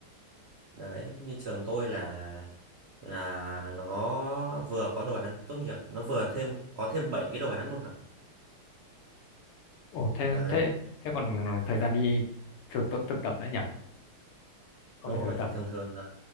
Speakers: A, on the right; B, on the left.
A: đấy như trường tôi là là nó vừa có đồ án tốt nghiệp nó vừa thêm có thêm 7 cái đồ án môn học
B: Ồ, thế
A: đấy
B: thế thế còn thời gian đi thực tập thực tập nữa nhỉ? Có
A: đúng
B: phải
A: rồi
B: thực tập
A: thì thường
B: à?
A: thường là